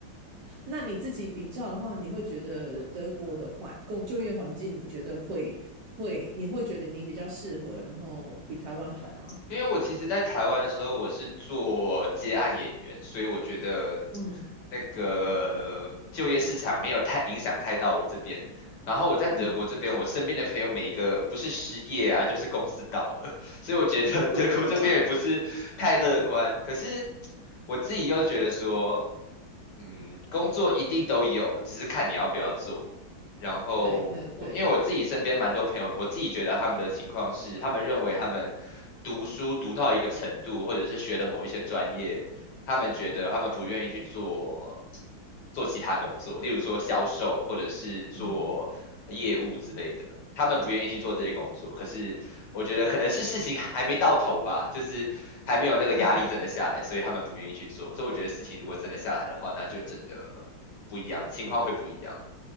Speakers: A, on the right; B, on the left.
A: 那你自己比较的话，你会觉得德国的环工就业环境，你觉得会会你会觉得你比较适合，然后比台湾好吗？
B: 嗯。因为我其实，在台湾的时候，我是做接案演员，所以我觉得
A: 嗯
B: 那个呃就业市场没有太影响太到我这边。然后我在德国这边，
A: 嗯，
B: 我身边的朋友每一个不是失业啊，就是公司倒了，<laughs> 所以我觉得德国这边也不是太乐观。
A: <laughs>
B: 可是我自己又觉得说，嗯，工作一定都有，只是看你要不要做。然后我因为我自己身边蛮多朋友，
A: 对对对，
B: 我自己觉得他们的情况是，他们认为他们读书读到一个程度，或者是学了某一些专业，他们觉得他们不愿意去做做其他工作，例如说销售或者是做业务之类的，
A: 嗯
B: 他们不愿意去做这些工作。可是我觉得可能是事情还没到头吧，就是还没有那个压力真的下来，
A: 嗯。
B: 所以他们不愿意去做。所以我觉得事情如果真的下来的话，那就真的不一样了，情况会不一样。